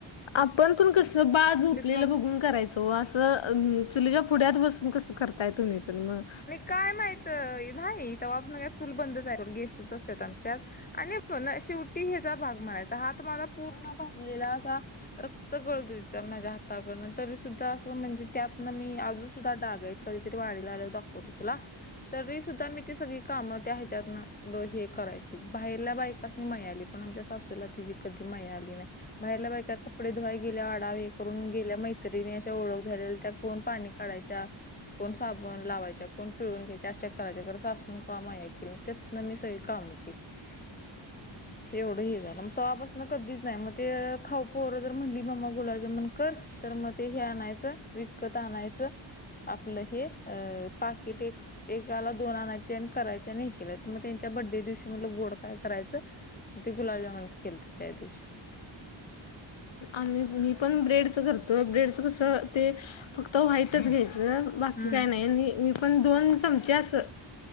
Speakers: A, on the left; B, on the left.
A: आपणं तूंन कसं बाळं झोपलेलं
B: मग
A: बघूंन करायचं तो असं चुलीच्यां पुड्यांत बसूंन कसं करतायं तुम्हीं पणं मंग
B: कायं माहितं नाहीं तेव्हां पासून चूंल बंदच गेसेचं असतांत आमच्यातं आणि पणं शेवटी येचां भांग माझां हात माझा पूर्ण भाजलेला असां. रक्तं गळतयं माझ्यां हाताकतून तरी सुद्धां म्हणजे त्यांत नां मी अजूंन सुद्धां डांग आहेत कधीतरी वाढलां आले दाखवते तुलां तरी सुद्धां मी ती सगळी कामं त्या ह्यांच्या तूंन हे करायची बाहेरल्यां बायकांसनी मयाआली पणं आमच्यां सासूलां तिची कधी मया आली नाहीं. बाहेरला बांय कां कपडे धुवांय गेल्यां वाडावे हे करूंन गेल्या मैत्रिणी ओळंख झालेल्यां त्यां कोणं पाणी काढायच्यां कोणं साबणं लावायच्यां कोणं पिळूंन घ्यांयच्यां अशा करायच्यां घरं सासून कामां यां के लेत्यात नां मी सगळी कामे केली.
A: <unintelligible> <unintelligible>
B: एवढं हे झालं मंग तेंव्हा आपासूंन कधीचं नाहीं मंग ते खाऊपोरं जरं म्हणली मंमा गुलाबजांमून करं तरं मंग ते हे आणायचं विकतं आणायचं. आपलं हे अ पाकिट एक. एकालां दोन आणांयचे आणि करायंचे आणि केल्याय तरं मंग त्यांच्यां बड्डे दिवशी मलान गोड कायं करायचं. मंग ते गुलाबजांमुनचं केलते त्यां दिवशी
A: आम्हीं मी पणं ब्रेडचं करतोय ब्रेडचन कसं ते फक्तं व्हाईटचं घ्यांयचं. बांकी
B: हम्म
A: कांहीं नाहीं आणि मी पणं दोन चमंचे असं.